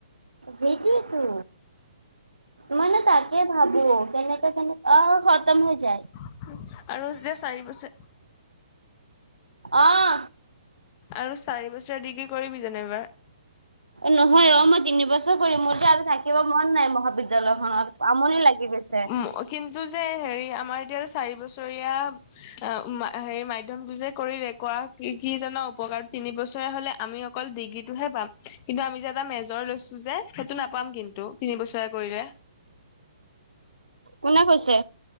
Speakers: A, on the right; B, on the left.
A: সেইটোৱেইতো। মানে তাকেই ভাবো, কেনেকা কেনেকা অ', খতম হৈ যায়।
B: আৰু যেতিয়া চাৰি বছৰ
A: অহ।
B: আৰু চাৰি বছৰীয়া ডিগ্ৰী কৰিবি জানো এইবাৰ?
A: নহয় অ', মই তিনি বছৰ কৰিম, মোৰযে আৰু থাকিব মন নাই মহাবিদ্যালয়খনত, আমনি লাগি গৈছে।
B: উম, কিন্তু যে, হেৰি, আমাৰ এতিয়া চাৰি বছৰীয়া অ', হেৰি মাধ্যমটোযে কৰিলে, কৰা কি কি জানা উপকাৰ? তিনি বছৰিয়া হ'লে আমি অকল ডিগ্ৰীটোহে পাম, কিন্তু আমি যে এটা মেজৰ লৈছো যে, সেইটো নাপাম কিন্তু, তিনি বছৰিয়া কৰিলে।
A: কোনে কৈছে?